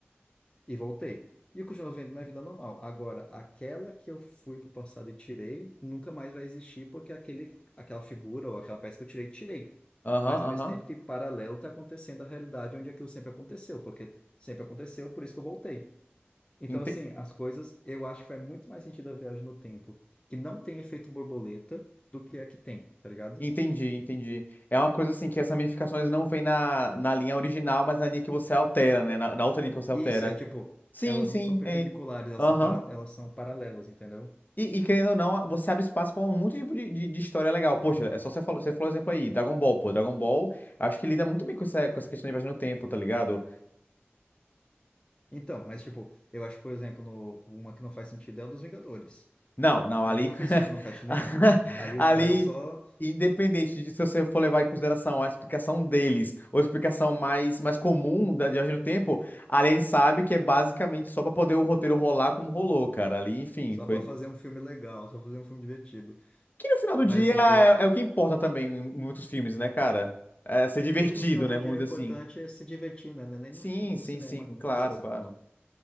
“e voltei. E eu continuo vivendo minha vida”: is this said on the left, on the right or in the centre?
Left